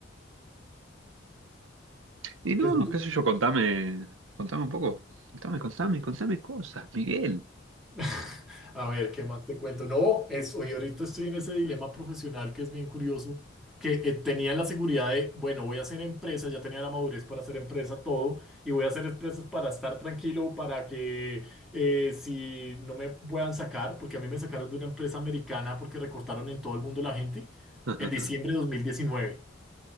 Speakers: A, on the right (about 80°); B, in the centre.
A: Y no,
B: ¿Qué es
A: no, qué sé yo, contame, contame un poco. Contame, contame, contame cosas, Miguel.
B: <laughs> A ver, ¿qué más te cuento? No, es, hoy ahorita estoy en ese dilema profesional que es bien curioso, que eh, tenía la seguridad de, bueno, voy a hacer empresa, ya tenía la madurez para hacer empresa todo, y voy a hacer empresas para estar tranquilo, para que eh, si no me puedan sacar, porque a mí me sacaron de una empresa americana porque recortaron en todo el mundo la gente
A: <laughs>
B: en diciembre de 2019.